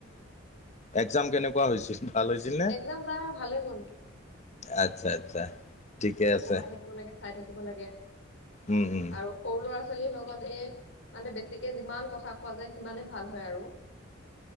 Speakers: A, on the left; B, on the left.
A: একজাম কেনেকুৱা হৈছিল? ভাল হৈছিল নে?
B: একজাম তাৰ ভালে হ'ল।
A: আচ্ছা আচ্ছা। ঠিকে
B: বহুত
A: আছে।
B: পঢ়াই থাকিব লাগে চাই থাকিব লাগে।
A: উম, উম।
B: আৰু সৰু ল'ৰা ছোৱালীৰ লগত এই মানে বেছি যিমান কথা কোৱা যায় সিমানেই ভাল হয় আৰু।